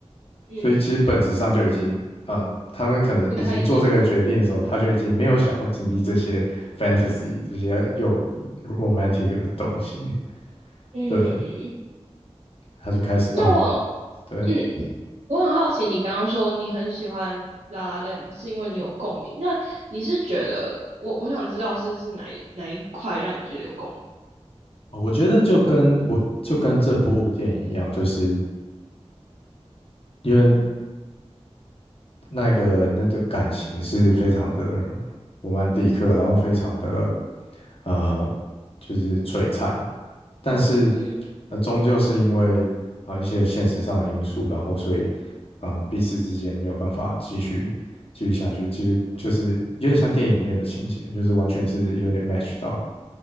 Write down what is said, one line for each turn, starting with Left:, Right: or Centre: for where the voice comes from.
Right: 嗯嗯，
Left: 所以其实本质上就已经，嗯、他们可能已经做这个决定的时候，
Right: 不太一样，
Left: 他就已经没有想要经历这些 fantasy 这些又 romantic 的东西，
Right: 嗯嗯，
Left: 对，他就开始哦，
Right: 那我。
Left: 对。
Right: 嗯我很好奇，你刚刚说你很喜欢《La l 是因为你有共鸣。那你是觉得我我想知道是是哪一哪一块让你觉得有共鸣？
Left: 我觉得就跟我就跟这部电影一样，就是因为那个那个感情是非常的罗曼蒂克，然后非常的呃就是璀璨，但是
Right: 嗯
Left: 呃终究是因为啊、呃、一些现实上的因素，然后所以啊、呃彼此之间没有办法继续继续下去，继续就是有点像电影里面的情节，就是完全是有点 match 到，